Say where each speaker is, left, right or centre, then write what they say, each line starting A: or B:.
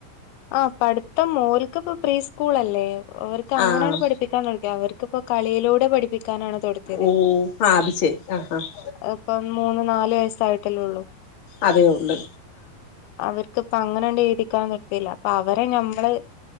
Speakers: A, on the left (about 85°); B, on the left (about 45°).
A: ആ പഠിത്തം മോൾക്ക്പ്പോ പ്രീ സ്കൂൾ അല്ലേ അവർക്ക് അങ്ങനെയാണ്
B: ആഹ്
A: പഠിപ്പിക്കാൻ ഇപ്പൊ കളിയിലൂടെ പഠി പഠിപ്പിക്കാൻ ആണ് തോടുത്തിയത്
B: ഓ ആഹ് അത് ശരി ആഹ് ആഹ്
A: ഇപ്പോ മൂന്ന് നാല് വയസായിട്ട് ട്ടല്ലേഒള്ളും
B: അതേ ഉണ്ട്
A: അവർക്ക്പ്പോ അങ്ങനെണ്ട് എഴുതിക്കാൻ നിർത്തിയില്ല അപ്പൊ അവരെ ഞമ്മള്